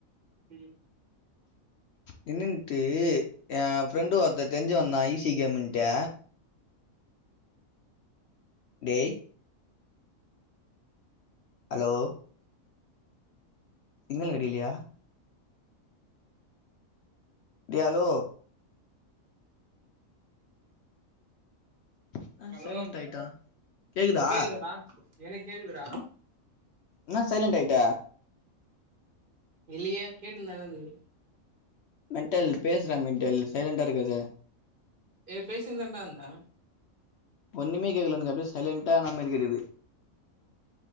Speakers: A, on the right; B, on the left.
A: ம்
B: நின்னுட்டு எ ஃப்ரெண்டு ஒருத்தே தெர்ஞ்சி வந்தா ஈசி கேமுன்ட்டு டேய் அலோ சிக்னல் கெடக்லையா டேய் அலோ என்ன
A: ஹலோ
B: சைலண்ட் ஆயிட்டா கேக்குதா
A: கேக்குதாடா எனக் கேக்குதுடா
B: இன்னா சைலென்ட்டாயிட்ட
A: இல்லியே கேட் னுந்தான இருந்தது
B: மென்ட்டல் பேசுறா மெண்டல் சைலண்டா இருக்காத
A: ஏ பேசின்தாண்டா இந்தே
B: ஒன்னுமே கேட்கல எனுக் அப்டியே சைலண்டா ஆனமாரி இருக்குது